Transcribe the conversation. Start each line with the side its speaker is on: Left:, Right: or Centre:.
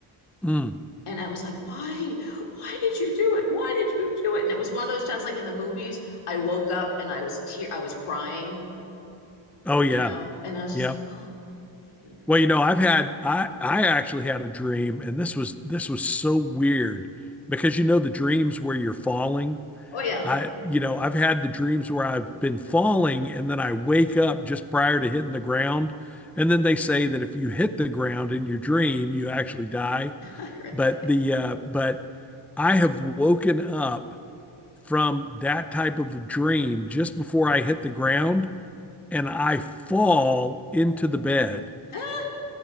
Centre: Mm.
Left: And I was like, why? Why did you do it? Why did you do it? And it was one of those times, like in the movies, I woke up and I was tear, I was crying
Centre: Oh yeah.
Left: you know? And I was just
Centre: Yeah.
Left: like, oh God, thank you, thank
Centre: Well, you
Left: you.
Centre: know, I've had I I actually had a dream, and this was this was so weird because you know the dreams where you're falling.
Left: Oh yeah,
Centre: I you know, I've had the dreams where I've been falling and then I wake up just prior to hitting the ground. And then they say that if you hit the ground in your dream, you actually die.
Left: <laughs> I heard
Centre: But
Left: that, yeah.
Centre: the uh but I have woken up from that type of a dream just before I hit the ground and I fall into the bed
Left: <laughs> Ah,